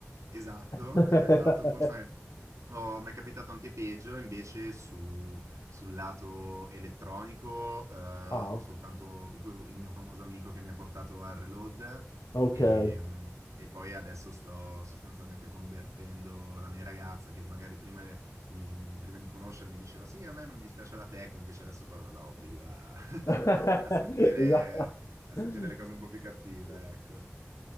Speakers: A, on the right; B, on the left.
A: Esatto,
B: <laughs>
A: <laughs> esatto, forse. Oh, mi è capitato anche peggio, invece su- sul lato elettronico, eh,
B: Ah,
A: ho soltanto que- il mio famoso amico che mi ha portato al Reload
B: ok.
A: e, e poi adesso sto sostanzialmente convertendo la mia ragazza che magari prima, le- mi- mi- prima di conoscermi diceva sì, a me non dispiace la techno, invece adesso però la obbligo a, <laughs>
B: <laughs>
A: a sentire,
B: Esatto.
A: a
B: <laughs>
A: sentire le cose un po' più
B: Noi
A: cattive, ecco.